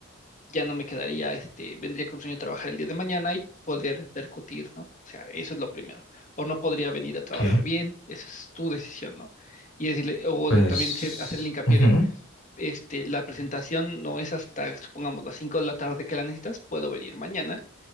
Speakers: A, on the left; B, on the left.
A: ya no me quedaría, este, vendría con sueño a trabajar el día de mañana y podría repercutir, ¿no? O sea, eso es lo primero. O no podría venir a trabajar
B: ok,
A: bien, esa es tu decisión, ¿no? Y decirle, o
B: Pues...
A: de- también ser- hacer el hincapié
B: ujú.
A: de, este, la presentación no es hasta, supongamos, las 5 de la tarde que la necesitas, puedo venir mañana